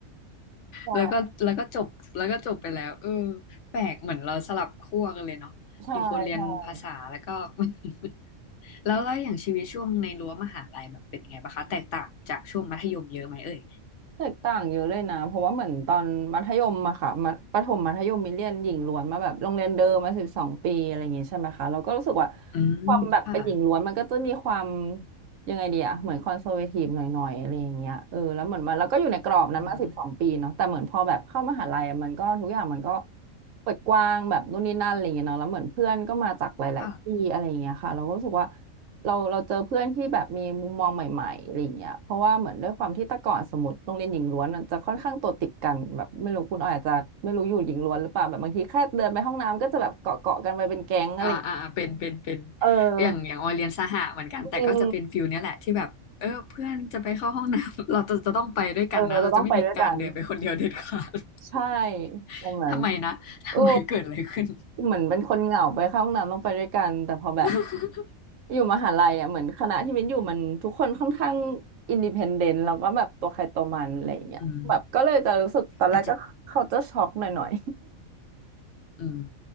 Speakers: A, on the right (about 70°); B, on the left (about 65°).
A: ใช่
B: แล้วก็แล้วก็จบแล้วก็จบไปแล้วเออแปลกเหมือนเราสลับขั้วกันเลยเนาะมีคนเรียนภาษาแล้วก็
A: ใช่ใช่
B: <laughs> แล้วแล้วอย่างชีวิตช่วงในรั้วมหาลัยแบบเป็นไงบ้างคะแตกต่างจากช่วงมัธยมเยอะไหมเอ่ย
A: แตกต่างเยอะเลยนะเพราะว่าเหมือนตอนมัธยมอะค่ะมัธประถมมัธยมมีเรียนหญิงล้วนมาแบบโรงเรียนเดิมมาสิบสองปีอะไรอย่างงี้ใช่ไหมคะเราก็รู้สึกว่า
B: อืมค่ะ
A: ความแบบเป็นหญิงล้วนมันก็จะมีความยังไงดีอะเหมือนคอนเซอร์เวทีฟหน่อยๆอะไรอย่างเงี้ยเออแล้วเหมือนมันแล้วก็อยู่ในกรอบนั้นมาสิบสองปีเนาะแต่เหมือนพอแบบเข้ามหาลัยอะมันก็ทุกอย่างมันก็
B: อืม
A: เปิดกว้างแบบนู่นนี่นั่นอะไรอย่างเงี้ยเนาะแล้วเหมือนเพื่อนก็มาจากหลายๆที่อะไรอย่างเงี้ยค่ะเราก็รู้สึกว่า
B: ค่ะ
A: เราเราเจอเพื่อนที่แบบมีมุมมองใหม่ๆ อะไรเงี้ยเพราะว่าเหมือนด้วยความที่แต่ก่อนสมมติโรงเรียนหญิงล้วนมันจะค่อนข้างตัวติดกันแบบไม่รู้คุณออยอาจจะไม่รู้อยู่หญิงล้วนหรือเปล่าแบบบางทีแค่เดินไปห้องน้ำก็จะแบบเกาะเกาะกันไปเป็นแก๊งอะไร
B: อ่าอ่าอ่าเป็นเป็นเป็น
A: เออ
B: อย่างอย่างออยเรียนสหะเหมือนกันแต่ก็จะเป็นฟิลเนี้ยแหละที่แบบเออเพื่อนจะไปเข้าห้องน้ำ
A: จริง
B: <laughs> เราจะจะต้องไปด้วยกันนะเราจะไม่มีการเดินไปคนเดียวเด็ดขาด
A: เออเราต้องไปด้วยกันใช่
B: <laughs>
A: ตรงนั้น
B: ทำไมนะทำไมเกิดอะไรขึ้น
A: โอ้ เหมือนเป็นคนเหงาไปเข้าห้องน้ำต้องไปด้วยกันแต่พอแบบ
B: <laughs>
A: อยู่มหาลัยอ่ะเหมือนคณะที่มิ้นอยู่มันทุกคนค่อนข้างอินดิเพนเดนต์แล้วก็แบบตัวใครตัวมันอะไรอย่างเงี้ยแบบก็เลยจะรู้สึกตอนแรกก็เขาจะช็อกหน่อย
B: อืมอาจจะ อืม